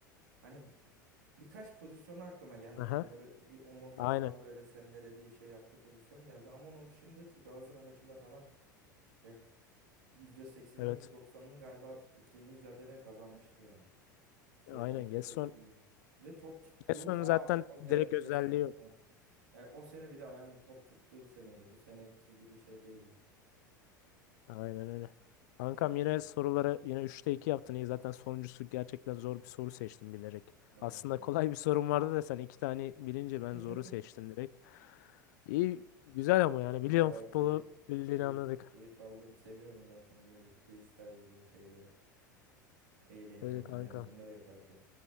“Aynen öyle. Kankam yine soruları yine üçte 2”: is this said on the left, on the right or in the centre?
Left